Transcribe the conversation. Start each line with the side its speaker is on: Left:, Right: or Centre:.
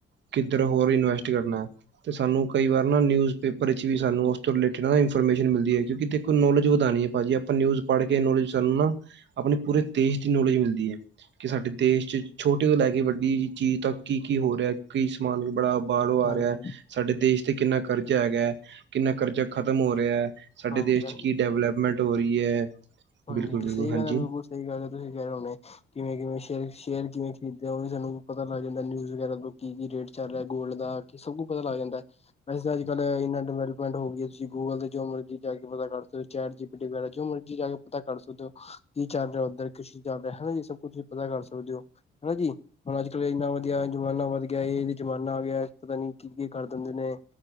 Right: ਕਿੱਧਰ ਹੋਰ ਇਨਵੈਸਟ ਕਰਨਾ। ਤੇ ਸਾਨੂੰ ਕਈ ਵਾਰ ਨਾ ਨਿਊਜ਼ ਪੇਪਰ ਵਿੱਚ ਵੀ ਸਾਨੂੰ ਉਸ ਤੋਂ ਰਿਲੇਟਿਡ ਨਾ ਇਨਫੋਰਮੇਸ਼ਨ ਮਿਲਦੀ ਹੈ ਕਿਉਂਕਿ, ਦੇਖੋ ਨੌਲੇਜ ਵਧਾਣੀ ਹੈ। ਭਾਜੀ ਆਪਾਂ ਨਿਊਜ ਪੜ੍ਹ ਕੇ ਨੌਲੇਜ ਸ ਨਾ ਆਪਣੀ ਪੂਰੇ ਦੇਸ਼ ਦੀ ਨੌਲੇਜ ਮਿਲਦੀ ਹੈ। ਕਿ ਸਾਡੇ ਦੇਸ਼ ਚ ਛੋਟੀ ਤੋਂ ਲੈ ਕੇ ਵੱਡੀ ਚੀਜ਼ ਤਾਂ ਕੀ ਕੀ ਹੋ ਰਿਹਾ ਕੀ ਸਮਾਨ ਬੜਾ ਬਾਹਰੋ
Left: ਹਾਂਜੀ
Right: ਆ ਰਿਹਾ ਸਾਡੇ ਦੇਸ਼ ਤੇ ਕਿੰਨਾ ਕਰਜ਼ ਹੈਗਾ ਹੈ। ਕਿੰਨਾ ਕਰਜ਼ਾ ਖ਼ਤਮ ਹੋ ਰਿਹਾ ਹੈ, ਸਾਡੇ
Left: ਹਾਂਜੀ
Right: ਦੇਸ਼ 'ਚ ਕੀ ਡਿਵਲਪਮੈਂਟ ਹੋ ਰਹੀ ਹੈ।
Left: ਹਾਂਜੀ-ਹਾਂਜੀ
Right: ਬਿਲਕੁਲ ਬਿਲਕੁਲ
Left: ਸਹੀ
Right: ਹਾਂਜੀ
Left: ਗੱਲ ਸਹੀ ਗੱਲ ਹੈ ਤੁਸੀਂ ਕਹਿ ਰਹੇ ਹੋਣੇ, ਕਿਵੇਂ- ਕਿਵੇਂ ਸ਼ਰ ਸ਼ੇਅਰ ਕਿਵੇਂ ਖਰੀਦਦੇ ਹੋ ਉਹ ਵੀ ਸਾਨੂੰ ਪਤਾ ਲੱਗ ਜਾਂਦਾ ਨਿਊਜ਼ ਵਗੈਰਾ ਤੋਂ ਕੀ ਕੀ ਰੇਟ ਚੱਲ ਰਿਹਾ ਗੋਲਡ ਦਾ ਸਭ ਕੁਛ ਪਤਾ ਲੱਗ ਜਾਂਦਾ ਹੈ। ਵੈਸੇ, ਅੱਜ ਕੱਲ ਇੰਨਾ ਡਿਵੈਲਪਮੈਂਟ ਹੋ ਗਈ ਤੁਂ ਗੂਗਲ ਤੇ ਜੋ ਮਰਜ਼ੀ ਜਾ ਕੇ ਪਤਾ ਕਰ ਸਕਦੇ ਹੋ ਚੈਟ ਜੀਪੀ ਡੀ ਵਗੈਰਾ ਜੋ ਮਰਜ਼ੀ ਜਾ ਕੇ ਪਤਾ ਕਰ ਸਕਦੇ ਹੋ ਕੀ ਚੱਲ ਰਿਹਾ ਉੱਧਰ ਕਿ ਚੀਜ਼ ਚੱਲ ਰਿਹਾ ਹਨਾ ਜੀ ਸਭ ਕੁ ਤੁਸੀਂ ਪਤਾ ਕਰ ਸਕਦੇ ਹੋ ਹਨਾ ਜੀ। ਹੁਣ ਅੱਜ ਕੱਲ੍ਹ ਇੰਨਾ ਵਧੀਆ ਜ਼ਮਾਨਾ ਵੱਧ ਗਿਆ ਇਹ ਜ਼ਮਾਨਾ ਆ ਗਿਆ ਪਤਾ ਨੀ ਕੀ-ਕੀ ਕਰ ਦਿੰਦੇ ਨੇ।